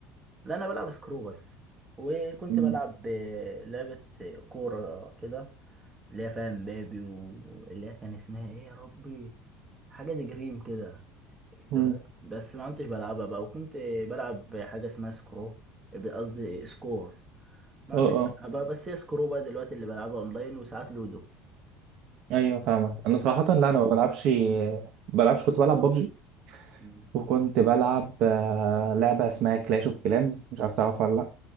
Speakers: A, on the right; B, on the right.
A: لا انا بلعب سكرو بس وكنت
B: مم.
A: بلعب ب- لعبة كورة كده اللي هي فاهم بابي واللي هي كان اسمها ايه يا ربي حاجة دي جريم كده انت
B: مم.
A: فاهم بس ما كنتش بلعبها بقى وكنت بلعب حاجة اسمها سكرو قصدي سكور ما
B: اه
A: كنتش
B: اه
A: بلعبها بس هي سكرو بقى دلوقتي اللي بلعبها اونلاين وساعات لودو
B: ايوه فاهمك انا صراحه لا انا ما بلعبش بلعبش كنت بلعب ببجي
A: مم.
B: وكنت بلعب آه، لعبه اسمها كلاش اوف كلانز مش عارف تعرفها ولا لا